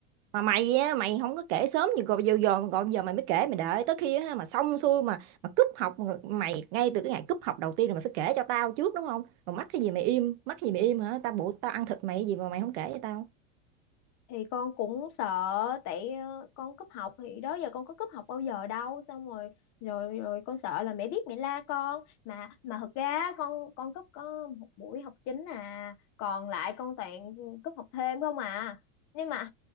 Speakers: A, on the right; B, on the left.
A: mà mày á mày không có kể sớm gì còn giờ giờ còn giờ mày mới kể mày đợi tới khi á, mà xong xuôi mà mà cúp học mày ngay từ cái ngày cúp học đầu tiên là mày phải kể cho tao trước đúng không mà mắc cái gì mày im mắc cái gì mày im hả tao bộ tao ăn thịt mày cái gì mà mày không kể cho tao
B: thì con cũng sợ tại ờ, con cúp học thì đó giờ con có cúp học bao giờ đâu xong rồi rồi rồi con sợ là mẹ biết mẹ la con mà mà thật ra á, con con cúp có một buổi học chính à còn lại con toàn cúp học thêm không à nhưng mà